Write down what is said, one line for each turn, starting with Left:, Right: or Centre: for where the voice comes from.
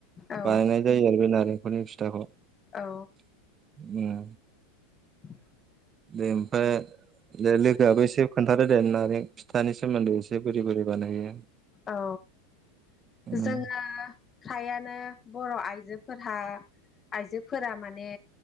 Left: औ
Right: बानायनाय जायो आरो बे नारेंखलनि फिथाखौ उम
Left: औ <inaudible>
Right: दे ओमफ्राय दे लोगोआबो एसे खोन्थादो दे मारै <unintelligible> फिथानि सोमोनदै एसे बोरै बोरै बानायो
Left: औ
Right: उम
Left: जोङो फ्रायानो बर' आइजोफोरहा आइजोफोरा माने